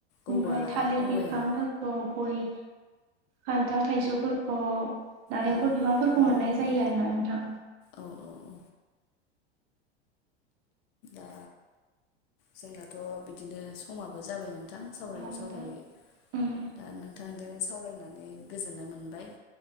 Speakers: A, on the left (about 65°); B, on the right (about 50°).
A: औवा
B: ओमफ्राय थालिर
A: आरो औवायानो
B: बिफांफोरखौ गय खान्थाल थाइजौफोरखौ नारेंखल
A: औ
B: बिफांफोरखौ
A: नारेंखल
B: मोननाय जायो आरो ना नोंथां।
A: औ औ औ ओ जोंनाथ' बिदिनो समाबो जाबाय मोन। बिथां सावरायै
B: औ नोंथां
A: सावरायै
B: उम
A: दा नोंथांजों सावरायनानै गोजोननाय मोनबाय।